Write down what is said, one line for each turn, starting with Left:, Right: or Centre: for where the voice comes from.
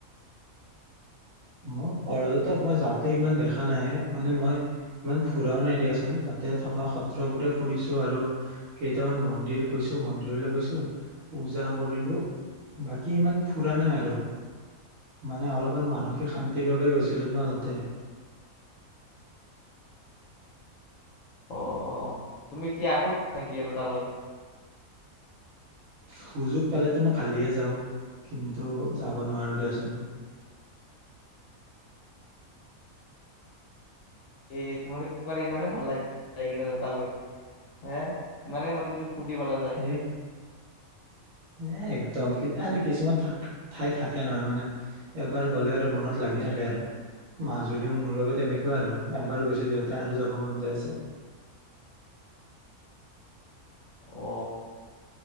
Right: মই পৰ্যটক মই যাওঁতে ইমান দেখা নাই মানে মই ইমান ফুৰাও নাই দিয়াচোন তাতে থকা সত্ৰবোৰে ফুৰিছো আৰু কেইটামান মন্দিৰ গৈছো মন্দিৰলৈ গৈছো পূজা কৰিলো বাকী ইমান ফুৰা নাই আৰু মানে অলপমান মানসিক শান্তিৰ বাবে গৈছিলো ন তাতে
Left: অ তুমি কি আকৌ নেকি আৰু তালৈ
Right: সুযোগ পালে তো মই কালিয়ে যাওঁ কিন্তু যাব নোৱাৰো ৰৈ আছো
Left: এই তোমাৰ তোমাৰ ইমানে ভাল লাগে যায় কি তালৈ হে ইমানে মানে তুমি ফুটি পেলা যায়
Right: এক এ একদম আৰু কিছুমান ঠাই থাকে নহয় মানে এবাৰ গলে আৰু মনত লাগি থাকে আৰু মাজুলীও মোৰ বাবে তেনেকুৱা আৰু এবাৰ গৈছো যিহতে আৰু যাব মন যায় আছে
Left: অ